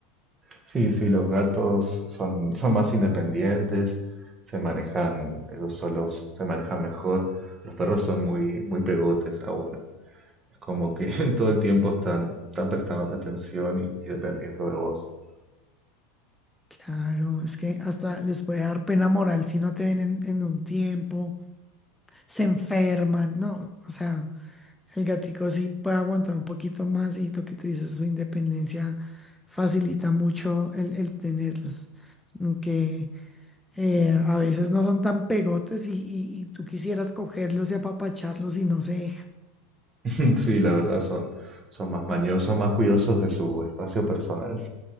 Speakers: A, on the right; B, in the centre.
A: Sí, sí, los gatos son, son más independientes, se manejan ellos solos, se manejan mejor. Los perros son muy, muy pegotes a uno. Es como que <laughs> todo el tiempo están, están prestándote atención y, y dependiendo de vos.
B: Claro, es que hasta les puede dar pena moral si no te ven en, en un tiempo, se enferman, ¿no? O sea, el gatico sí puede aguantar un poquito más y lo que tú dices, su independencia facilita mucho el, el tenerlos. Aunque eh, a veces no son tan pegotes y, y- y tú quisieras cogerlos y apapacharlos y no se dejan.
A: <laughs> Sí, la verdad son, son más mañosos, más cuidadosos de su espacio personal.